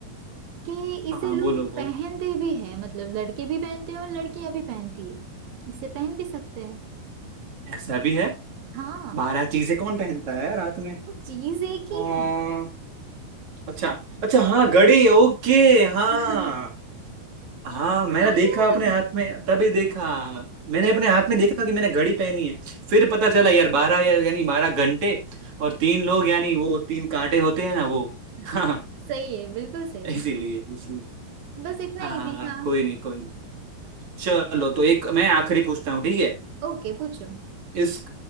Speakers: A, on the right; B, on the right.
A: कि इसे
B: हाँ
A: लोग
B: बोलो
A: पहनते भी हैं मतलब लड़के भी पहनते हैं और लड़कियां भी पहनती है इसे पहन भी सकते हैं
B: ऐसा भी है
A: हाँ
B: बारह चीजें कौन पहनता है रात में
A: वो चीज एक
B: आ,
A: ही है
B: अच्छा अच्छा हाँ घड़ी ओके हाँ
A: <laughs>
B: हाँ मैंने
A: आ
B: देखा
A: गया
B: अपने
A: तुम्हें
B: हाथ में तभी देखा मैंने अपने हाथ में देखा कि मैंने घड़ी पहनी है फिर पता चला यार बारह या, यानी बारह घंटे और तीन लोग यानी वो तीन कांटे होते हैं ना वो <laughs> हाँ
A: हाँ सही है बिल्कुल सही
B: इसीलिए इसीलिए।
A: बस इतना
B: हाँ
A: इजी था
B: कोई नहीं कोई नहीं चलो तो एक मैं आखिरी पूछता हूँ ठीक है
A: ओके पूछो
B: इस